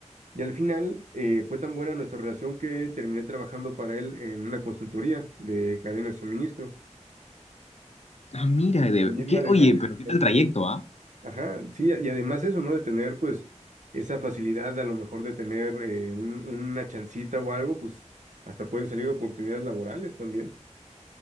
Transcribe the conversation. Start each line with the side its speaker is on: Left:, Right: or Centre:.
Right: Y al final eh, fue tan buena nuestra relación que terminé trabajando para él en una consultoría de cadena de suministro.
Left: Ah, mira, de...
Right: También
Left: ¿qué?
Right: además
Left: Oye,
Right: de,
Left: pero qué
Right: de
Left: tal
Right: tener,
Left: trayecto, ah?
Right: ajá, sí, y además eso, ¿no? De tener pues esa facilidad a lo mejor de tener eh, un- una chancita o algo, pues hasta pueden salir oportunidades laborales también.